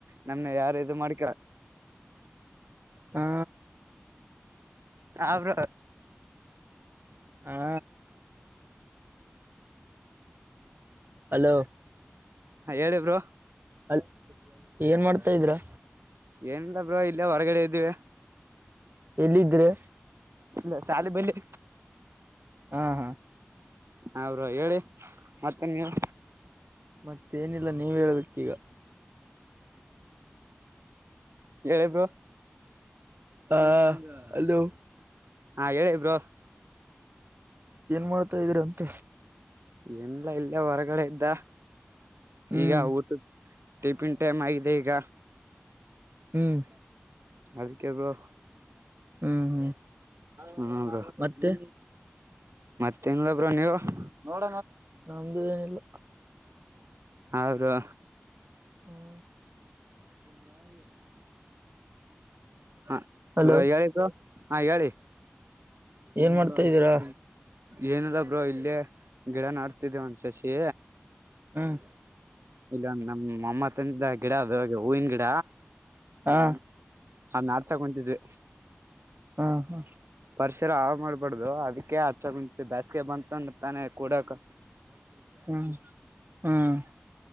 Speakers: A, on the right; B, on the right.
A: ನಮ್ನೆ ಯಾರು ಇದು ಮಾಡ್ಕ
B: ಹಾ
A: ಅವರು
B: ಹಾ ಹಲೋ
A: ಹಾಂ ಹೇಳಿ ಬ್ರೊ
B: ಹಲ್ ಏನ್ ಮಾಡ್ತಾ ಇದಿರಾ
A: ಏನಿಲ್ಲ ಬ್ರೋ ಇಲ್ಲೇ ಹೊರಗಡೆ ಇದ್ದೀವಿ
B: ಯಲ್ಲಿದ್ರೆ
A: ಇಲ್ಲ ಶಾಲೆ ಬೆಲ್ಲಿ
B: ಹಾ ಹಾ
A: ಅವರು ಹೇಳಿ ಮತ್ತೆ ನೀವು
B: ಮತ್ತೇನಿಲ್ಲ ನೀವ್ ಹೇಳ್ಬೇಕಿಗ
A: ಹೇಳಿ ಬ್ರೊ
B: ಹಾ ಅಲೋ
A: ಹಾ ಹೇಳಿ ಬ್ರೊ
B: ಏನ್ ಮಾಡ್ತಾ ಇದ್ರ ಅಂತ
A: ಇಲ್ಲ ಇಲ್ಲೆ ಹೊರಗಡೆ ಇದ್ದ
B: ಹ್ಮ್
A: ಈಗ ಊಟದ್ ಟಿಫಿನ್ ಟೈಮ್ ಆಗಿದೆ ಈಗ
B: ಹ್ಮ್
A: ಅದಕ್ಕೆ ಬ್ರೋ
B: ಹ್ಮ್ ಹ್ಮ್
A: ಹ್ಮ್
B: ಮತ್ತೆ
A: ಮತ್ತ ಹೆಂಗಬ್ರ ನೀವು ನೋಡ
B: ನಮ್ದು ಏನಿಲ್ಲ
A: ಅವರು
B: ಹ್ಮ
A: ಹಾ
B: ಹಲೋ
A: ಹೇಳಿದ್ದು ಹಾ ಹೇಳಿ
B: ಏನ್ ಮಾಡ್ತಾ ಇದೀರಾ
A: ಏನಲ್ಲ ಬ್ರೋ ಇಲ್ಲಿ ಗಿಡ ನಾಡ್ತಿದ್ದೇ ಒಂದ ಸಸಿ
B: ಹ್ಮ್
A: ಇಲ್ಲ ಒಂದ ನಮ್ಮ ಅಮ್ಮತ್ತನ ಗಿಡ ಅದು ಹೂವಿನ ಗಿಡ
B: ಹಾ
A: ನಾಡ್ಸಕೊಂತಿದ್ವಿ
B: ಹಾ ಹಾ
A: ಪರಿಸರ ಆ ಮಾಡ್ಬಾರಡ್ದು ಅದಕ್ಕೆ ಹಚ್ಚಂತ ಬೇಸ್ಗೆ ಬಂತಂದ ತಾನೆ ಕೂಡಕ್
B: ಹ್ಮ್ ಹ್ಮ್